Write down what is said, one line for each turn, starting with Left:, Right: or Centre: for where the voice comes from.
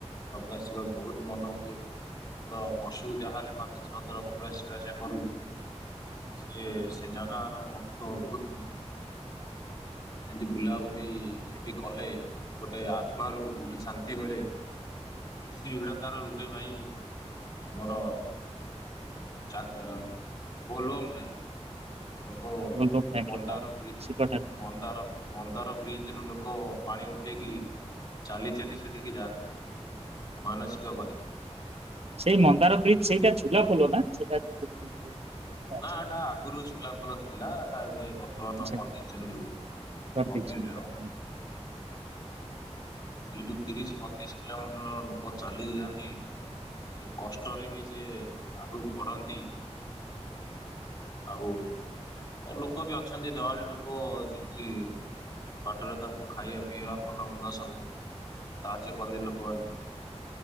Left: କପିଳାଷ ଯିବାକୁ ବହୁତ ମନ ହୁଏ ବର୍ଷକୁ ଯାହାହେଲେ ପାଞ୍ଚ ଛଅ ଥର କପିଳାଷ ଯିବା ଆସିବା କରୁ ସେ
Right: ହଁ,
Left: ସେ
Right: ହଁ,
Left: ଜାଗାର ମ ତ ବହୁତ ଏମତି ବୁଲାବୁଲି ସେଠି କଲେ ଗୋଟେ ଆତ୍ମ ରୁ ଗୋଟେ ଶାନ୍ତି ମିଳେ ବେଶୀ ଭିଡ଼ ତାର ରୁହେ ଭାଇ ଆମର ଚା ବୋଲବମ ଟାଇମରେ ଲୋକ
Right: ବୋଲବମ୍ ଟାଇମରେ
Left: ମନ୍ଦାର
Right: ହଁ
Left: ବିଜ
Right: ଶିବ ଠାକୁର
Left: ମନ୍ଦାର ମନ୍ଦାର ବ୍ରିଜ ରୁ ଲୋକ ପାଣି ଉଠେଇକି ଚାଲି ଚାଲି ସେଠିକି ଯାଆନ୍ତି ମାନସିକ କରି
Right: ସେଇ ମନ୍ଦାର ବ୍ରିଜ ସେଇଟା ଝୁଲା ପୋଲ ନା ସେଟା ଜୋ କହୁଛନ୍ତି ପୋଲଟା ଅଛି
Left: ନା ଏଟା ଆଗରୁ ଝୁଲାପୋଲ ଥିଲା ଏଟା ଏବେ ବର୍ତ୍ତମାନ
Right: ସେ
Left: କରିଦେଇଛନ୍ତି
Right: କରିଦେଇଛନ୍ତି
Left: କଂକ୍ରିଟର
Right: ତାକୁ
Left: ସେଇଠୁ ତିରିଶ ବତିଶ କିଲୋମିଟର ଲୋକ ଚାଲିକି ଯାଆନ୍ତି ସେ କଷ୍ଟରେ ବି ସିଏ ଆଗକୁ ବଢ଼ନ୍ତି ଆଉ ଲୋକ ବି ଅଛନ୍ତି ଦହାଡ଼ି ଲୋକ ଯେକି ବାଟରେ ତାଙ୍କୁ ଖାଇବା ପିଇବା ଭଲମନ୍ଦ ସବୁ ସାହାଯ୍ୟ କରନ୍ତି ଲୋକମାନେ